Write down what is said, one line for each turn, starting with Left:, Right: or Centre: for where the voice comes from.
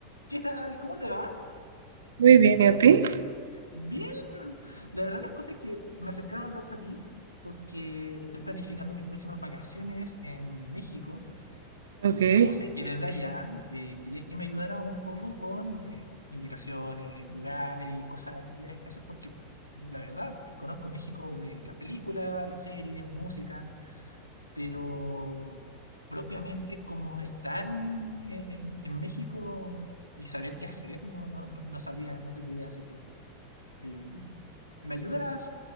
Left: ¿Qué tal? ¿Cómo te va?
Right: Muy bien, ¿y a ti?
Left: Bien. La verdad las cosas es que me acercaba a hablarte a ti porque estoy planificando mis próximas vacaciones en México
Right: Ok,
Left: y
Right: sí,
Left: como sé que eres de allá, eh, querías que me ayudara un poco con eh, indicaciones, lugares y cosas, actividades que hacer porque la verdad conozco México de las películas, las series, música, pero propiamente como estar en, en- en México y saber qué hacer, no, no, no no sabría, no tengo idea, así que Eh, ¿Me ayudarás